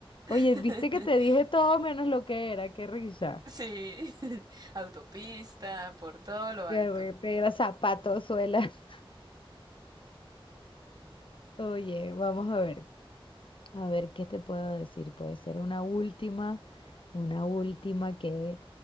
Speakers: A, on the left (about 60°); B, on the right (about 40°).
A: Oye,
B: <laughs>
A: viste que te dije todo menos lo que era, qué risa.
B: Sí, <laughs> autopista, por todo lo
A: Carretera,
B: alto.
A: zapatos, suelas. <laughs> Oye, vamos a ver. A ver, ¿qué te puedo decir? Puede ser una última, una última que